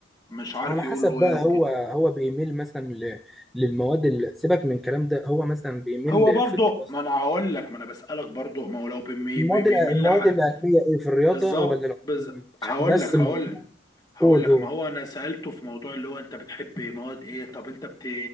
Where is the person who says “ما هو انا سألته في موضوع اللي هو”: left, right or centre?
Left